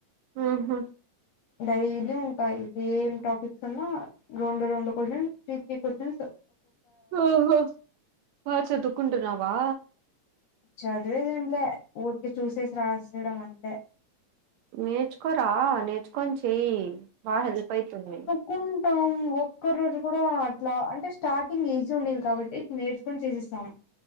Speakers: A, on the right; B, on the left.
A: ఆహ
B: డైలీ ఉంటాయి ఏం టాపిక్స్ అన్నా రెండు రెండు కొషన్స్ త్రీ త్రీ కొషన్స్
A: ఓహో బాగ చదుకుంటున్నావా
B: చదివేది ఏమ్ లే ఊరికి చూసేసి రాసేయడం అంతే
A: నేర్చుకోరా నేర్చుకొని చెయయి బాగా హెల్ప్ అయితుంది
B: కుంటాం మ్ ఒక్క రోజు కూడా అట్లా అంటే స్టార్టింగ్ ఏజ్ ఉండేది కాబట్టి నేర్చుకొని చేసేస్తాం